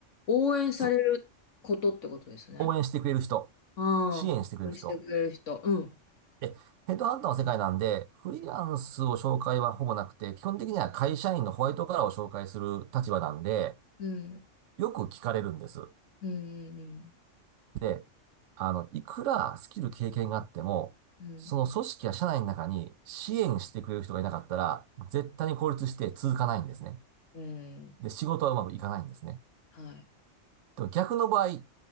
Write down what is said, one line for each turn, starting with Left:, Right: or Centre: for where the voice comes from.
Left: 応援されることってことですね。
Right: つ応援してくれる人。
Left: ああ、
Right: 支援してくれる人。
Left: 応援してくれる人。うん、
Right: え、ヘッドハンターの世界なんで、フリーランスを紹介はほぼなくて、基本的には会社員のホワイトカラーを紹介する立場なんで、
Left: うん、
Right: よく聞かれるんです。
Left: うん、
Right: で、あの、いくらスキル経験があっても、
Left: うん、
Right: その組織や社内の中に支援してくれる人がいなかったら、絶対に孤立して続かないんですね。
Left: うん、うん。
Right: で、仕事はうまくいかないんですね。
Left: はい。
Right: でも逆の場合、